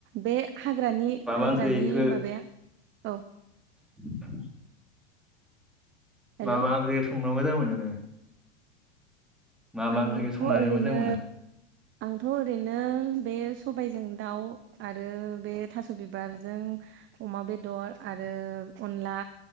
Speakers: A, on the right; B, in the centre.
A: बे हाग्रानि
B: मा
A: हाग्रानि
B: मा ओंख्रिखो
A: माबाया औ।
B: <inaudible>
A: हेल'
B: माबा ओंख्रि संनो मोजां मोनो नोङो। मा मा
A: आंथ'
B: ओंख्रिखौ संनानै
A: ओरैनो।
B: मोजां मोनो
A: आंथ' ओरैनो बे सबायजों दाउ आरो बे थास' बिबार जों। अमा बेदर आरो अनला।